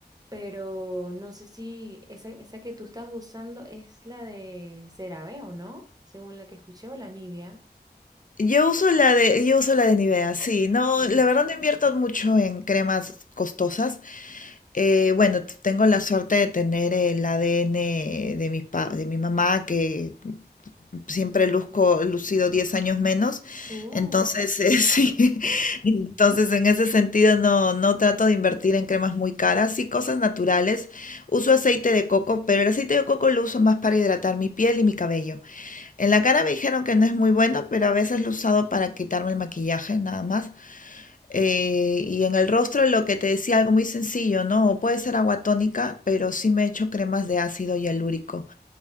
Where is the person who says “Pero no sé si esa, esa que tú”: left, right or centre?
Right